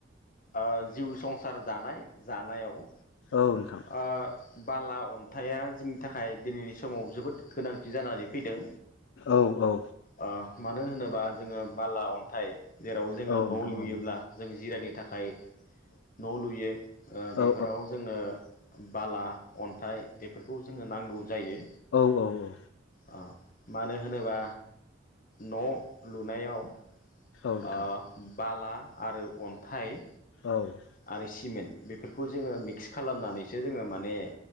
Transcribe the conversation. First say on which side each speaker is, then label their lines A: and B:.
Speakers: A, on the left; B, on the left.
A: ओ जिउ संसार दानाय जानायाव।
B: औ नोंथां।
A: ओ बाला अन्थाइआ जोंनि थाखाय दिनैनि समाव जोबोद गोनांथि जानानै फैदों।
B: औ औ।
A: ओ मानो होनोबा जोङो बाला अन्थाइ। जेराव जोङो
B: औ
A: न'
B: नोंथां
A: लुयोब्ला
B: औ
A: जों जिरायनो थाखाय। थाखाय। न' लुयो ओ बेफोराव
B: औ
A: जोंनो बाला अन्थाइ बेफोरखौ जोंनो नांगौ। जायो
B: औ औ
A: ओ। मानो होनोबा न' लुनायाव ओ
B: नोंथां
A: बाला आरो अन्थाइ।
B: औ।
A: आरो सिमेन्ट बेफोरखौ जोङो मिक्स खालामनानैसो जोङो माने